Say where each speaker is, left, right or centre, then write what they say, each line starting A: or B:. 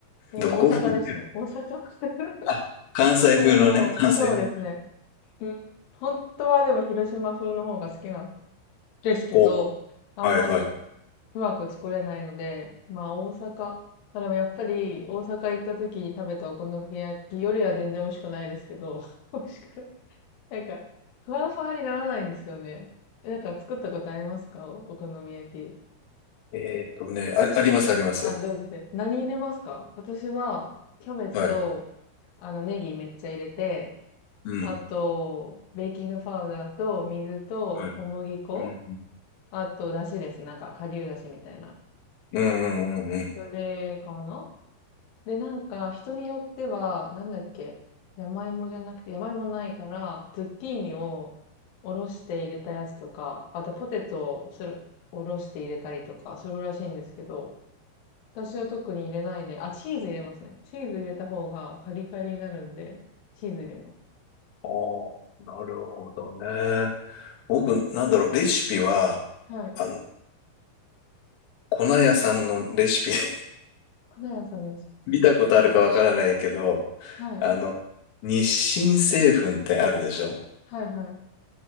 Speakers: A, on the left; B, on the left.
A: で、
B: どこ風っていう
A: 大阪ですね。大阪 <laughs>
B: あ、関西風のね、
A: でも、
B: 関西風。
A: そうですね。うん、本当はでも広島風の方が好きなんですけど、
B: お、
A: あんまり
B: はい、はい。
A: うまく作れないので、まあ大阪、まあでもやっぱり大阪行った時に食べたお好み焼きよりは全然美味しくないですけど、<laughs> 美味しくない。なんか、ふわふわにならないんですよね。えなんか作ったことありますかお好み焼き。
B: えーっとね、あ、あります、あります。
A: あ、ドイツで。何入れますか私は、キャベツと、
B: はい。
A: あの、ネギめっちゃ入れて、
B: うん、
A: あと、ベーキングパウダーと水と小麦粉
B: はい。うん、
A: あと、だしです。なんか、顆粒だしみたいな。
B: うん、うん、うん。うん
A: それかなで、なんか、人によっては、なんだっけ、山芋じゃなくて、山芋ないから、ズッキーニをおろして入れたやつとか、あとポテトをする、おろして入れたりとかするらしいんですけど、私は特に入れないで、あ、チーズ入れますね。チーズ入れた方がカリカリになるんで、チーズ入れます。
B: ああ、なるほどね。僕、なんだろう、レシピは、
A: はい。
B: あの、粉屋さんのレシピ <laughs>
A: 花屋さんです。
B: 見たことあるかわからないけど、
A: はい。
B: あの、日清製粉ってあるでしょ
A: はいはい。